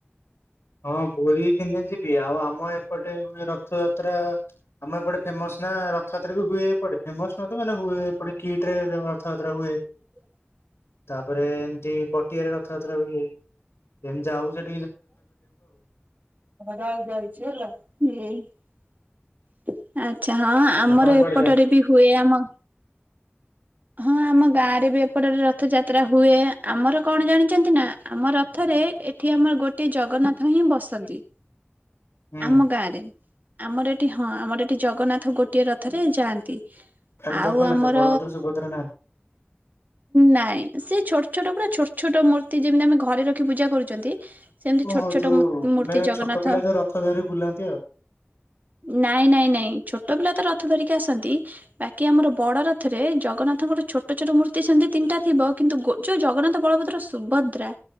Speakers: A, on the left (about 85°); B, on the right (about 45°).
A: ହଁ, ପୁରୀ ଦିନେ ଯିବି ଆଉ ଆମ ଏପଟେ ହୁଏ ରଥଯାତ୍ରା। ଆମ ଏପଟେ ଫେମସ୍ ନା ରଥଯାତ୍ରା ବି ହୁଏ ଏପଟେ ଫେମସ୍ ନୁହେଁ ତ ମାନେ ହୁଏ ଏପଟେ କିଟ୍‌ ରେ ରଥଯାତ୍ରା ହୁଏ।
B: ଶୁଭୁନି
A: ତାପରେ ଏମିତି ପଟିଆରେ ରଥଯାତ୍ରା ହୁଏ ଏମିତି ଯାଉ ସେଠି
B: ଗାଇ ଯାଇଛିଲା <unintelligible> ଆଛା ହଁ ଆମର
A: ଆପଣ କୁଆଡେ
B: ଏପଟରେ
A: ଯାଆନ୍ତି?
B: ବି ହୁଏ ଆମ ହଁ ଆମ ଗାଁ ରେ ବି ଏପଟରେ ରଥଯାତ୍ରା ହୁଏ ଆମର କଣ ଜାଣିଛନ୍ତି ନା ଆମ ରଥରେ ଏଠି ଆମର ଗୋଟେ ଜଗନ୍ନାଥ ହିଁ ବସନ୍ତି।
A: ହୁଁ
B: ଆମ ଗାଁରେ ଆମର ଏଠି ହଁ ଆମର ଏଠି ଜଗନ୍ନାଥ ଗୋଟିଏ ରଥରେ ଯାଆନ୍ତି।
A: ଖାଲି
B: ଆଉ
A: ଜଗନ୍ନାଥ
B: ଆମର
A: ବଳଭଦ୍ର ସୁଭଦ୍ରା ନାହାନ୍ତି
B: ନାଇଁ ସେ ଛୋଟ ଛୋଟ ପୁରା ଛୋଟ ଛୋଟ ମୂର୍ତ୍ତି ଯେମିତି ଆମେ ଘରେ ରଖି ପୂଜା କରୁଛନ୍ତି ସେମିତି
A: ଓ
B: ଛୋଟ
A: ହଉ
B: ଛୋଟ
A: ଯୋଉ
B: ମୂର୍ତ୍ତି
A: ମାନେ
B: ଜଗନ୍ନାଥ
A: ଛୋଟ ପିଲା ଯେ ରଥ ଧରି ବୁଲାନ୍ତି ଆଉ।
B: ନାଇଁ ନାଇଁ ନାଇଁ ଛୋଟ ପିଲା ତ ରଥ ଧରିକି ଆସନ୍ତି। ବାକି ଆମର ବଡରଥରେ ଜଗନ୍ନାଥଙ୍କର ଛୋଟ ଛୋଟ ମୂର୍ତ୍ତି ସେମିତି ତିନିଟା ଥିବ କିନ୍ତୁ ଗୋ ଯୋଉ ଜଗନ୍ନାଥ, ବଳଭଦ୍ର, ସୁଭଦ୍ରା